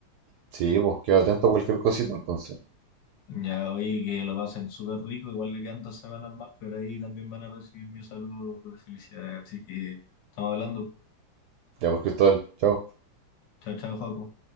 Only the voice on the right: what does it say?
sí, pues quedo atento a cualquier cosita entonces.
Ya pues, Cristóbal, chao.